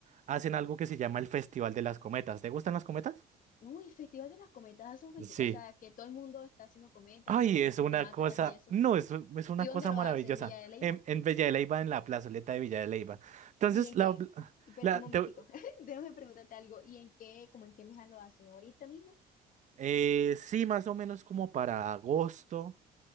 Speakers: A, on the right; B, on the left.
A: hacen algo que se llama el Festival de las Cometas. ¿Te gustan las cometas?
B: Uy, el Festival de las Cometas hace un festival,
A: Sí.
B: o sea, que todo el mundo está haciendo cometas
A: Ay,
B: de diferentes
A: es una
B: temáticas
A: cosa,
B: y eso.
A: no, es, u- es una
B: ¿Y dónde
A: cosa
B: lo
A: maravillosa.
B: hacen? ¿En Villa de Leyva?
A: En, en Villa de Leyva, en la plazoleta de Villa de Leyva. Entonces,
B: ¿Y en
A: la,
B: qué? Espera,
A: la,
B: un momentico,
A: te-
B: <laughs> déjame preguntarte algo. ¿Y en qué, como en qué mesa lo hacen ahorita mismo?
A: Eh, sí, más o menos como para agosto.